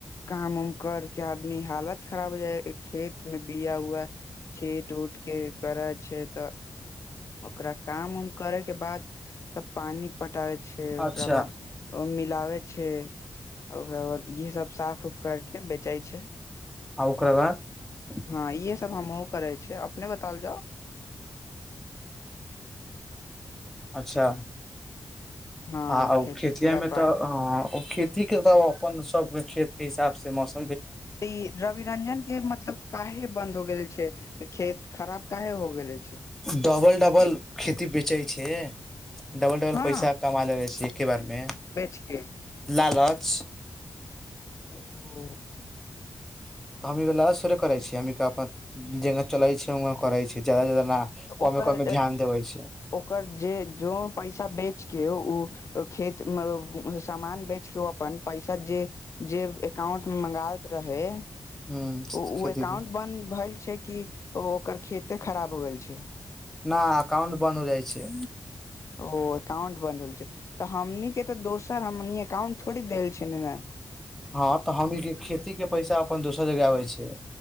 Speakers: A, on the left; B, in the centre.
A: काम उम करके आदमी हालत खराब हो जाय या खेत में बिया उआ छीट उट कि करय छै तऽ ओकरा काम उम करे के बाद सब पानी पटाबे छै ओकरा
B: अच्छा
A: बाद ओ मिलाबे छै ओकरा बाद इहे सब साफ उफ करके बेचय छै
B: आ ओकरा बाद
A: हँ इहे सब हमहु करे छियै अपने बतैल जाउ
B: अच्छा
A: हँ
B: ह उ
A: खेती
B: खेतीया
A: पूरा
B: मे
A: पर
B: तऽ ह खेती के तऽ अपन सब खेत के हिसाब से मस्त
A: तऽ ई रवि रंजन के मतलब काहे बंन्द हो गेल छै खेत खराब काहे हो गेलै छै
B: डबल डबल
A: कि
B: खेती बेचे छै डबल डबल
A: हँ
B: पैसा कमा लेबै छी के बारेमे
A: बेच के
B: लालच
A: ओ
B: तऽ हमे ई लालच थोडे करे छियै हमनी के अपन जेना चले छै उना करैय छै जादा जादा न
A: तऽ
B: कमे
A: ओकर
B: कमे ध्यान देबै छै
A: ओकर जे जो पैसा बेचके ओ खेत मे सामान बेच के ओ अपन पैसा जे जे एकाउंट में मंगायत रहय
B: ह
A: ओ
B: खेती
A: एकाउंट
B: के
A: बन्द भेल छै कि ओ ओकर खेते खराब हो गेल छै
B: न एकाउंट बन्द हो जाइ छै
A: ओ एकाउंट बन्द हो छै तऽ हमनी के तऽ दोसर हमनी एकाउंट थोड़ी देल छै ने ने
B: हँ तऽ हमनी के खेती के पैसा अपन दोसर जगह आबै छै